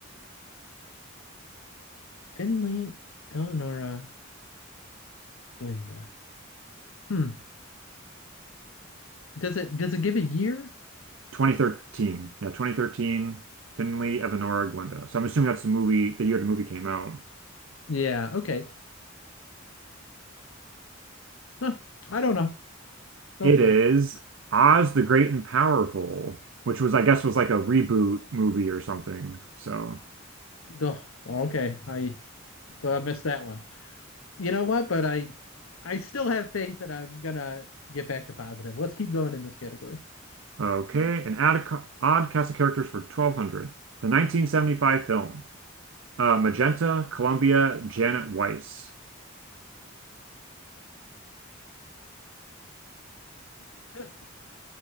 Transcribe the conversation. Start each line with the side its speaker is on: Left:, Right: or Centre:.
Left: Finley, Eleonora, Glinda. Hmm. Does it does it give a year?
Right: 2013. Yeah, 2013, Finley, Evanora, Glenda. So I'm assuming that's the movie, the year the movie came out.
Left: Yeah, okay. No, I don't know. No
Right: It
Left: clue.
Right: is Oz the Great and Powerful, which was, I guess, was like a reboot movie or something. So,
Left: Duh. Okay, I I missed that one. you know what? But I I still have faith that I'm gonna get back to positive. Let's keep going in this category.
Right: okay, and add odd cast of characters for 1200. The 1975 film, uh, Magenta, Columbia, Janet Weiss.
Left: <laughs>